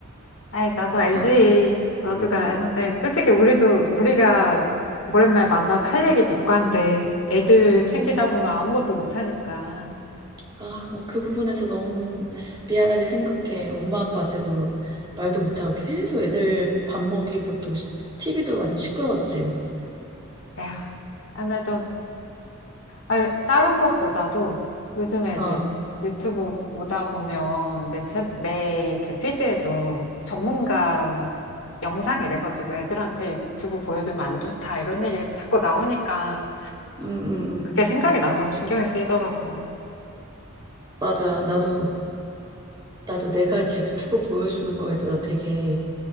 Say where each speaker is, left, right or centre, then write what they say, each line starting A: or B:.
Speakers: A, on the left; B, on the right.
A: 아이, 나도
B: 나,
A: 알지. 나도
B: 음,
A: 아는데.
B: 음,
A: 솔직히 우리도, 우리가 오랜만에 만나서 할 얘기도 있고 한데, 애들
B: 음.
A: 챙기다 보면 아무것도 못하니까.
B: 아, 나그 부분에서 너무 미안하게 생각해. 엄마 아빠한테도 말도 못하고 계속 애들 밥 먹이고 또 TV도 많이 시끄러웠지.
A: 에휴, 아, 나도 아니, 다른 것보다도 요즘에
B: 어,
A: 이제 유튜브 보다 보면 내, 채, 내그 피드에도 전문가 뭐 영상 이래가지고 애들한테 유튜브 보여주면 안 좋다 이런 얘기 자꾸 나오니까
B: 음, 음,
A: 그게
B: 음.
A: 생각이 나서 신경이 쓰이더라고.
B: 맞아. 나도, 나도 내가 지금 유튜브 보여주는 거에 대해서 되게